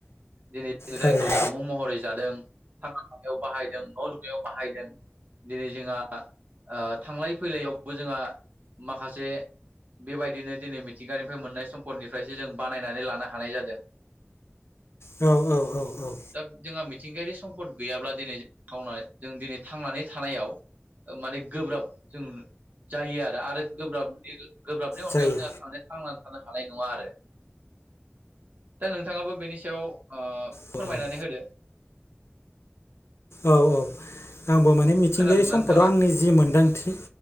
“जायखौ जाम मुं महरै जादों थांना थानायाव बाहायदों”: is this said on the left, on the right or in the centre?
Right